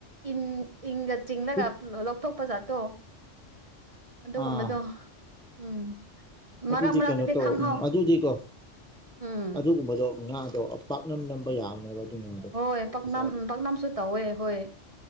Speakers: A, on the right; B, in the centre.
A: ꯏꯝ ꯏꯪꯒ ꯆꯤꯡꯂꯒ
B: ꯑꯄꯤꯛ
A: ꯂꯧꯊꯣꯛꯄ ꯖꯥꯠꯇꯣ ꯑꯗꯨꯒꯨꯝꯕꯗꯣ
B: ꯑꯥ
A: ꯎꯝ ꯃꯔꯛ
B: ꯑꯗꯨꯗꯤ
A: ꯃꯔꯛꯇꯗꯤ
B: ꯀꯩꯅꯣ ꯇꯧ
A: ꯈꯪꯍꯧ
B: ꯎꯝ ꯑꯗꯨꯗꯤꯀꯣ
A: ꯎꯝ
B: ꯑꯗꯨꯒꯨꯝꯕꯗꯣ ꯉꯥ ꯄꯥꯛꯅꯝ ꯅꯝꯕ ꯌꯥꯕꯅꯦꯕ ꯑꯗꯨꯏ ꯉꯥꯗꯣ
A: ꯍꯣꯏ ꯄꯥꯛꯅꯝ
B: ꯃꯆꯥꯗꯣ
A: ꯄꯥꯛꯅꯝꯁꯨ ꯇꯧꯋꯦ ꯍꯣꯏ